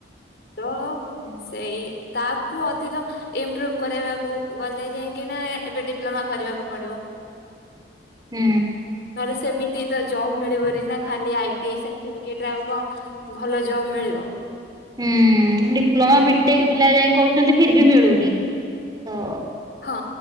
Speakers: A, on the left (about 60°); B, on the right (about 25°).
A: ର
B: ହୁଁ।
A: ସେଇ ତା କୁ ଅଧିକ। ଇମ୍ପ୍ରୁଭ କରିବାକୁ ଗଲେ ଯାଇକିନା ଏବେ ଡିପ୍ଲୋମା କରିବାକୁ ପଡିବ।
B: ହୁଁ।
A: ନହେଲେ ସେମିତି ତ ଜବ ମିଳିବନି ନା ଖାଲି ଆଇ ଟି ଆଇ ସାର୍ଟିଫିକେଟ ରେ ଆଉ କ କଁ ଭଲ ଜବ୍ ମିଳିବ।
B: ହୁଁ ଡିପ୍ଲୋମା ବିଟେକ୍ ପିଲା ଯାଇ କରୁଛନ୍ତି ଫିର ବି ମିଳୁନି ତ
A: ହଁ